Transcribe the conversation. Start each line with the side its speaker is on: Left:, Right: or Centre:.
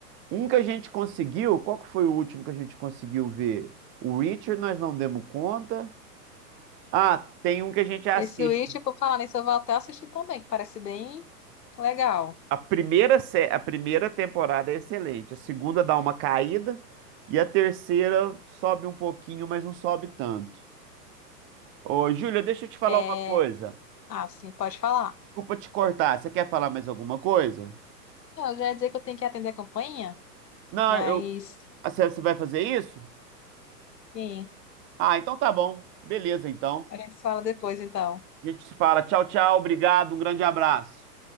Right: Um que a gente conseguiu, qual que foi o último que a gente conseguiu ver? O Richard, nós não demos conta. Ah, tem um que a gente assiste.
Left: Esse Witch, por falar nisso, eu vou até assistir também, que parece bem legal.
Right: A primeira, sé- a primeira temporada é excelente, a segunda dá uma caída e a terceira sobe um pouquinho, mas não sobe tanto. Ô, Júlia, deixa eu te falar
Left: É...
Right: uma coisa.
Left: Ah, sim, pode falar.
Right: Desculpa te cortar. Você quer falar mais alguma coisa?
Left: Não, Eu já ia dizer que eu tenho que atender a campainha,
Right: Não,
Left: mas,
Right: eu. Ah, Você você vai fazer isso?
Left: enfim,
Right: Ah, então tá bom. Beleza, então.
Left: a gente fala depois, então.
Right: A gente se fala. Tchau, tchau. Obrigado. Um grande abraço.